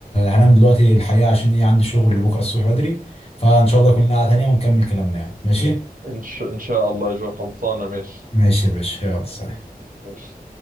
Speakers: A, on the left; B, on the right.
A: هنام دلوقتي الحقيقه عشان ايه عندي شغل بكره الصبح بدري فان شاء الله يكون لنا قعده تانيه ونكمل كلامنا يعني ماشي
B: إن, ش... ان شاء الله يا جو خلصانة ماشي
A: ماشي يا باشا يلا سلام
B: ماشي